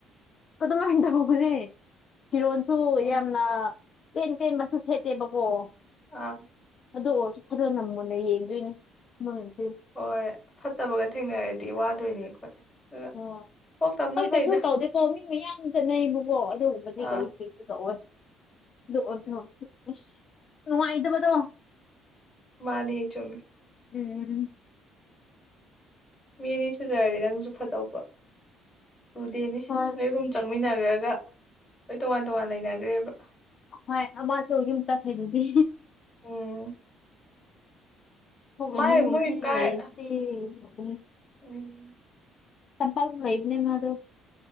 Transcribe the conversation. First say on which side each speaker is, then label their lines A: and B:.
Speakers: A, on the left; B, on the left.
A: ꯑꯗꯨꯃꯥꯏꯅ ꯇꯧꯕꯅꯦ ꯐꯤꯔꯣꯟꯁꯨ
B: ꯎꯝ
A: ꯑ ꯀꯦꯟ ꯀꯦꯟ ꯃꯁꯨ ꯁꯦꯠꯇꯦꯕꯀꯣ
B: ꯑꯥ
A: ꯑꯗꯨ ꯑꯣꯏꯔꯁꯨ ꯐꯖꯅ ꯃꯨꯟꯅ ꯌꯦꯡꯗꯣꯏꯅꯤ ꯃꯣꯏꯁꯦ
B: ꯍꯣꯏ ꯐꯠꯇꯕꯒ ꯊꯦꯡꯅꯔꯗꯤ ꯋꯥꯗꯣꯏꯅꯦ ꯑꯩꯈꯣꯏ ꯑꯗꯨꯅ
A: ꯑꯣ
B: ꯀꯣꯛ ꯇꯝꯅ
A: ꯍꯣꯏ
B: ꯐꯩꯗ
A: ꯀꯩꯁꯨ ꯇꯧꯗꯦꯀꯣ ꯃꯤ ꯃꯌꯥꯝ ꯆꯠꯅꯩꯕꯕꯣ ꯑꯗꯨꯒꯨꯝꯕꯗꯤ
B: ꯑꯥ
A: ꯀꯔꯤ ꯍꯧꯁꯨ ꯇꯧꯑꯣ ꯑꯗꯨꯑꯣꯁꯨ ꯍꯣꯏ ꯑ ꯅꯨꯡꯉꯥꯏꯇꯕꯗꯣ
B: ꯃꯥꯅꯦ ꯆꯃꯤ
A: ꯎꯝ
B: ꯃꯤꯅꯤ ꯁꯨꯖꯔꯗꯤꯦ ꯅꯪꯁꯨ ꯐꯗꯧꯕ ꯂꯨꯗꯦꯅꯦ
A: ꯍꯣꯏ
B: ꯅꯣꯏꯒꯨꯝ ꯆꯪꯃꯤꯟꯅꯈ꯭ꯔꯒ ꯍꯣꯏ ꯇꯣꯉꯥꯟ ꯇꯣꯉꯥꯟ ꯂꯩꯅꯈ꯭ꯔꯦꯕ
A: ꯍꯣꯏ ꯑꯃꯁꯁꯨ ꯌꯨꯝ ꯆꯈꯩꯗꯨꯗꯤ
B: ꯎꯝ
A: ꯊꯣꯛꯒꯅꯨ
B: ꯃꯥꯏ ꯃꯣꯏ
A: ꯁꯤ
B: ꯀꯥꯏ
A: ꯂꯩꯔꯁꯤ ꯊꯣꯛ
B: ꯎꯝ
A: ꯆꯄꯥꯄꯥꯛꯜ ꯂꯩꯕꯅꯦ ꯃꯥ ꯑꯗꯨ